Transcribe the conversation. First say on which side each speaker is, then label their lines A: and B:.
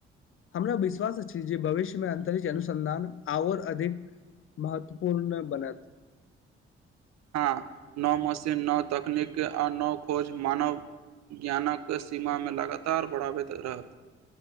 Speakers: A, on the left; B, on the right.
A: हमरा विश्वास अछि जे भविष्यमें अन्तरिक्ष अनुसन्धान आओर अधिक महत्वपूर्ण बनत
B: हँ नव मशीन नव तकनीक आ नव खोज मानव ज्ञानके सीमा में लगातार बढ़ाबैत रहत